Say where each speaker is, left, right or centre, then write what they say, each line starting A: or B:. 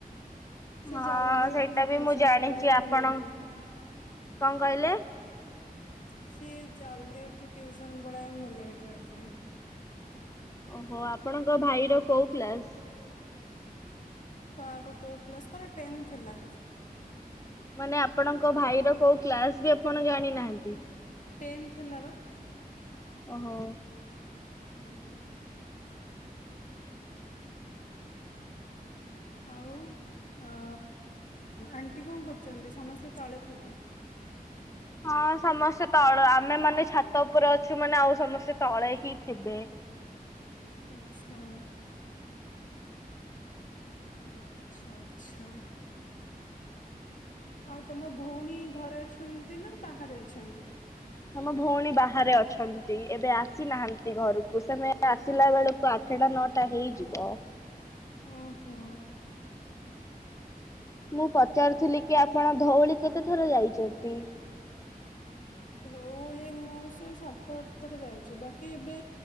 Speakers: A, on the left; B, on the left.
A: ସେ
B: ହଁ
A: ଜଲଦି ଉଠିକି
B: ସେଇଟା
A: ଟ୍ୟୁସନ୍
B: ବି ମୁଁ ଜାଣିଛି
A: ପଳାଏ ମୁଁ
B: ଆପଣ
A: ଲେଟ୍ ରେ ଉଠେ।
B: କଣ କହିଲେ?
A: ସିଏ ଜଲଦି ଉଠି ଟ୍ୟୁସନ୍ ପଳାଏ ମୁଁ ଲେଟ୍ ରେ ଉଠେ।
B: ଓ ହୋ ଆପଣଙ୍କ ଭାଇର କୋଉ କ୍ଲାସ୍?
A: ତାର କୋଉ କ୍ଲାସ୍ ତାର ଟେନ୍ଥ ହେଲା।
B: ମାନେ ଆପଣଙ୍କ ଭାଇର କୋଉ କ୍ଲାସ ବି ଆପଣ ଜାଣିନାହାନ୍ତି।
A: ଟେନ୍ଥ ହେଲା ପା।
B: ଓ ହୋ।
A: ହୁଁ। ଆଉ ଅ ଆଣ୍ଟି କଣ କରୁଛନ୍ତି ସମସ୍ତେ ତଳେ ଥିବେ।
B: ହଁ ସମସ୍ତେ ତଳେ ଆମେ ମାନେ ଛାତ ଉପରେ ଅଛୁ ମାନେ ଆଉ ସମସ୍ତେ ତଳେ ହିଁ ଥିବେ।
A: ଆଚ୍ଛା। ଆଚ୍ଛା ଆଚ୍ଛା। ଆଉ ତମ ଭଉଣୀ ଘରେ ଅଛନ୍ତି ନା ବାହାରେ ଅଛନ୍ତି?
B: ଆମ ଭଉଣୀ ବାହାରେ ଅଛନ୍ତି ଏବେ ଆସିନାହାନ୍ତି ଘରକୁ ସେମାନେ ଆସିଲା ବେଳକୁ ଆଠଟା ନଅଟା ହେଇଯିବ।
A: ଓ ହୋ।
B: ମୁଁ ପଚାରୁଥିଲି କି ଆପଣ ଧଉଳି କେତେ ଥର ଯାଇଛନ୍ତି?
A: ଧଉଳି ମୁଁ ସେଇ ସାତ ଥର ଯାଇଛି ବାକି ଏବେ